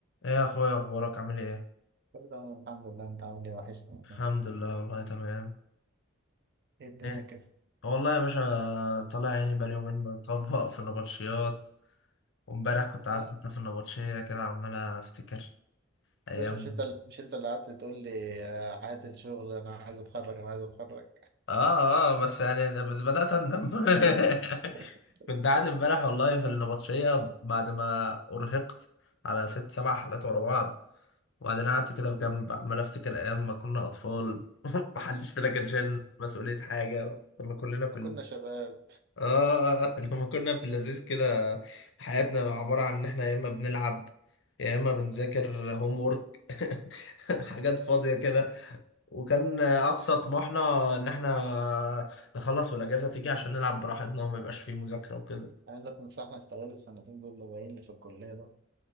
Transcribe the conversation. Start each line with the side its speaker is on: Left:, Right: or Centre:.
Left: ايه يا اخويا اخبارك عامل ايه
Right: كله تمام الحمد لله انت عامل ايه وحشني والله
Left: الحمد لله والله تمام
Right: ايه الدنيا
Left: ايه
Right: كده
Left: والله يا باشا طالع عيني بقالي يومين مطبق في النبطشيات وامبارح كنت
Right: اه
Left: قاعد حتى في النبطشية كده عمال افتكر ايام
Right: مش مش انت ال- مش انت اللي قعدت تقول لي آه، حياة الشغل انا عايز اتخرج انا عايز اتخرج
Left: اه اه بس يعني ب- بدأت اندم <laughs>
Right: <laughs>
Left: كنت قاعد امبارح والله في النبطشية بعد ما ارهقت على ست سبع حلقات ورا بعض وبعدين قعدت كده في جنب عمال افتكر ايام ما كنا اطفال <laughs> محدش فينا كان شايل مسؤولية حاجة كنا كلنا في
Right: ما كنا شباب
Left: اه <laughs> لما كنا في اللذيذ كده حياتنا عبارة عن ان احنا يا اما بنلعب يا اما بنذاكر هوم وورك <laughs> حاجات فاضية كده وكان اقصى طموحنا ان احنا نخلص والاجازة تيجي عشان نلعب براحتنا وما يبقاش فيه مذاكرة وكده
Right: عايزك تنصحنا استغل السنتين دول اللي باقيين لي في الكلية ده